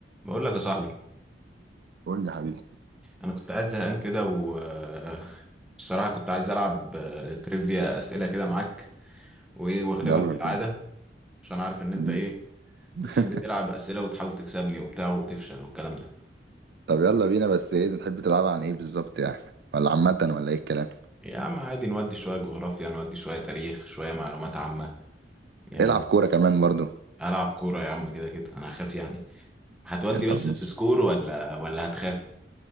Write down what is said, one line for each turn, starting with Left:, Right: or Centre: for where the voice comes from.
Centre: بقول لك يا صاحبي
Right: قول لي يا حبيبي
Centre: انا كنت قاعد زهقان كده و <laughs> آه، بصراحه كنت عايز العب آه، تريفيا اسئله كده معاك وايه واغلبك
Right: يلا
Centre: كالعاده
Right: بينا
Centre: عشان عارف ان انت
Right: مم.
Centre: ايه
Right: <laughs>
Centre: بتحب تلعب اسئله وتحاول تكسبني وبتاع وتفشل والكلام ده
Right: طب يلا بينا بس ايه انت تحب تلعب عن ايه بالظبط يعني ولا عامة ولا ايه الكلام
Centre: يا عم عادي نودي شويه جغرافيا نودي شويه تاريخ شويه معلومات عامه يعني
Right: العب كورة كمان برضو
Centre: العب كوره يا عم كده كده انا هخاف يعني هتودي
Right: يا طب
Centre: بس
Right: مش
Centre: في سكور ولا ولا هتخاف